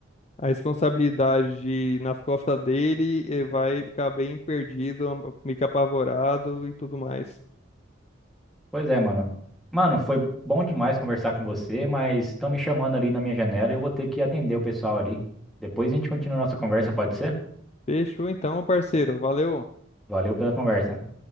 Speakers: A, on the left (about 30°); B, in the centre.
A: A responsabilidade na costa dele eh, vai ficar bem perdido, am- meio que apavorado e tudo mais.
B: Pois é, mano. Mano, foi bom demais conversar com você, mas estão me chamando ali na minha janela e eu vou ter que atender o pessoal ali. Depois a gente continua a nossa conversa, pode ser?
A: Fechou então, parceiro. Valeu.
B: Valeu pela conversa.